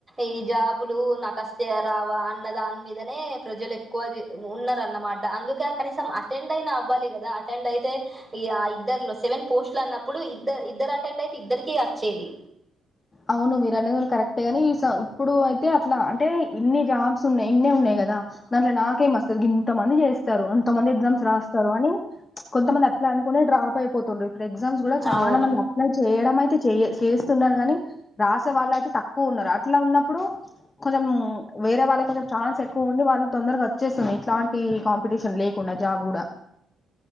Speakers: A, on the right; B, on the left.
A: ఈ జాబులు నాకస్తయ రావా అన్న దాని మీదనే ప్రజలు ఎక్కువ ఉన్నారన్నమ ట అందుకే కనీసం అటెండ్ అయినా అవ్వాలి కదా అటెండ్ అయితే ఇద్దరులో సెవెన్ పోస్ట్లు అన్నప్పుడు ఇద్ద ఇద్దరు అటెండ్ అయితే ఇద్దరికి వచ్చేది
B: అవును మీరు అనేది కరెక్ట్ గాని ఇప్పుడు అయితే అట్లా అంటే ఇన్ని జాబ్స్ ఉన్నాయి ఇన్నే ఉన్నాయిా క్ కదా దాంట్లో నాకే వస్తది గింత మంది చేస్తారు కొంతమంది ఎగ్జామ్స్ రాస్తారు అని కొంతమంది అట్లా అనుకుని డ్రాప్ అయిపోతుండ్రు ఎగ్జామ్స్ కూడా చాలా
A: అవును
B: మంది అప్లై చేయడం అయితే చెయ చేస్తున్నారు కాని రాసే వాళ్ళు అయితే తక్కువ ఉన్నారు అట్లా ఉన్నప్పుడు కొంచెం వేరే వాళ్ళ కొంచెం ఛాన్స్ ఎక్కువ ఉం వాళ్ళకి తొందరగా వచ్చేస్తుంది ఎట్లాంటి కాంపిటీషన్ లేకుండా జాబ్ కూడా